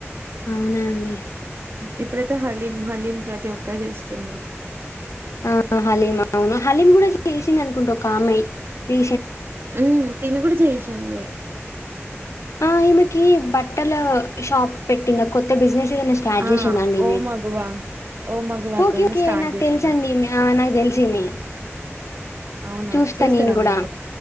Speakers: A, on the left; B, on the right.
A: అవున అండి
B: ఇప్పుడైతే హలీం హలీం ప్రతి ఒక్కరు చేస్తుండ్రు
A: ఆ హలీం అవును హలీం కూడా చేసింది అనుకుంట ఒకామె రి
B: ఉ తిను కూడ చేసింది
A: ఆ ఈమెకి బట్టల షాప్ పెట్టింద కొత్త బిజినెస్ స్టార్ట్
B: ఆ
A: చేసిందాండి ఈమె
B: ఓ మగువా ఓ మగువాతో
A: ఓకే ఓకే
B: స్టార్ట్
A: నాకు
B: చేసిందా
A: తెలుసండి ఈమె అ నాకు తెలుసు ఈమె
B: అవునా
A: చూస్తా
B: చూస్తారా
A: నేను కూడా
B: మీరు